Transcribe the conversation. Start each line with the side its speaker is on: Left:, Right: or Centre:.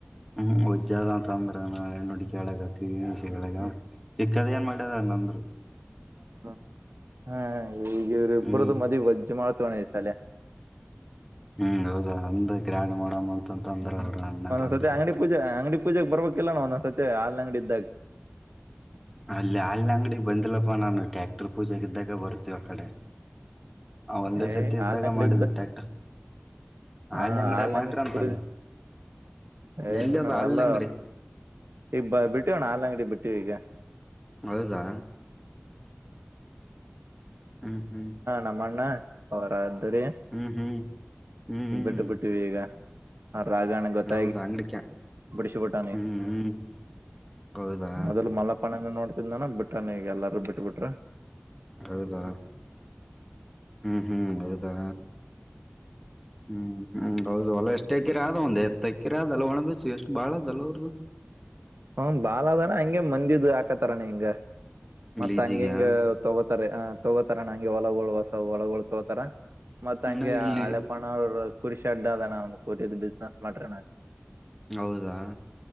Centre: ಹ್ಮ್ ಒಜ್ಜ ಅ ಅಂತ ಅಂದ್ರ ನ ಹೆಣ್ಣುಡ್ಿಕ ಹೇಳಗತಿಗ
Right: ಹ್ಮ್
Centre: ಸಿಕ್ಕದ ಏನ್ ಮಾಡ ದ ನಂದರು
Right: ಹ್ಮ ಹಾ ಈಗ ಇವ್ರ ಇಬ್ಬ್ರದು
Centre: ಹ್ಮ್
Right: ಮದಿ ವಜ್ಜ್ ಮಾಡ ತೊಣ ದಿವಸ ಅಲ್ಲೇ
Centre: ಹ್ಮ ಹೌದ ಅಂದ್ ಗ್ರ್ಯಾಂಡ್ ಮಾಡಮ್ಮ ಅಂತಂತ ಅಂದ್ರ ಅಣ್ಣಾರ
Right: ಒಂದೊಂದ್
Centre: ಅಂದ್ರ
Right: ಸತಿ ಅಂಗಡಿ ಪೂಜೆ ಅಂಗಡಿ ಪೂಜೆೆಗೆ ಬರ್ಬೇಕಿಲ್ಲಾನ ಒಂದೊಂದ್ ಸತಿ ಹಲ್ ಅಂಗಡಿ ಇದ್ದಾಗ
Centre: ಅಲ್ಲಿ ಅಲ್ ಅಂಗಡಿ ಬಂದಿಲ್ಲಪ್ಪ ನಾನು ಟ್ಯಾಕ್ಟರ್ ಪೂಜೆಗ್ದಾಗ ಬರ್ತೀವಿ ಆ ಕಡೆ ಹ ಒಂದೇ
Right: ಏ
Centre: ಸತಿ
Right: ಹಾಲ್
Centre: ಇದ್ದಾಗ
Right: ಅಂಗಡಿ
Centre: ಮಾಡಿದ್ದ ಟ್ಯಾಕ್ಟರ್
Right: ಹಾ
Centre: ಹಲ್ಲಂಗಡೆ
Right: ಹಾಲ್
Centre: ಮಾಡಟ್ರ
Right: ಅಂಗಡಿ
Centre: ಅಂತಾನ
Right: ಪೂಜೆ ಏನ್
Centre: ಎಲ್ಲಿ ಅದ ಹಾಲಿನ
Right: ಎಲ್ಲ
Centre: ಅಂಗಡಿ
Right: ಈ ಬಿಟ್ಟವಣ ನಲ್ಂಗಡಿ ಬಿಟ್ಟಿವ ಈಗ
Centre: ಹೌದಾ ಹ್ಮ್ ಹ್ಮ್
Right: ನಮ್ಮ್ಣ ಅವರ ಸರಿ
Centre: ಹ್ಮ್ ಹ್ಮ್ ಹ್ಮ್ ಹ್ಮ್
Right: ಈ ಬಟ್ಟೆ ಬಿಟ್ಟಿವಿ ಈಗ ಹ ರಾಗಣ ಗೊತ್ತ
Centre: ಹೌದಾ ಅಂಗಡಿಕ
Right: ಬಿಡಿಸಬುಟ್ಟಾನಿ
Centre: ಹ್ಮ್ ಹ್ಮ್ ಹೌದಾ
Right: ಅದಲ್ಲ ಮಲ್ಲಪಣನ ನೋಡ್ತಿದಾನ ಬಿಟ್ಟಾನ ಈಗ ಎಲ್ಲಾರು ಬಿಟ್ ಬಿಟ್ರ
Centre: ಹೌದಾ ಹ್ಮ್ ಹ್ಮ್ ಹೌದಾ ಹ್ಮ್ ಹ್ಮ್ ಹೌದು ಅ ಎಷ್ಟ ಅಕ್ಕಿರ ಆದ ಒಂದ್ ಎತ್ತ ಅಕ್ಕಿರ ಆದಲ್ಲ ಒಣ ಬಚ್ಚು ಎಷ್ಟು ಬಾಳ ಅದಲ್ಲ ಅವ್ರ್ದು
Right: ಹ್ಮ ಬಾಲ್ ಅದಣ ಹಂಗೆ ಮಂದಿದು ಹಾಕತಾರಣ ಹಿಂಗ ಮತ್ತತ್
Centre: ಲೀಜಿಗ್ಯಾ
Right: ಹಂಗ ಹಂಗ ತಗೋತಾರ ತಗೋತಾರ ನಂಂಗಗೆ ಹೊಲಗಗಳು ಹೊಸ ಒಳಗಗಳು ತಗೋತಾರ ಮತ್ ಹಂಗೆ
Centre: ಇನ್ನ ಇಲ್ಲಿ
Right: ಹಳೆಪಣ ಅವರು ಕುರಿಷಿ ಅಡ್ ಅದಣ್ಣ ಒಂದ್ ಕುರಿಿದ ಬಿಸ್ನೆಸ್ ಮಾಡ್ರಣ
Centre: ಹೌದಾ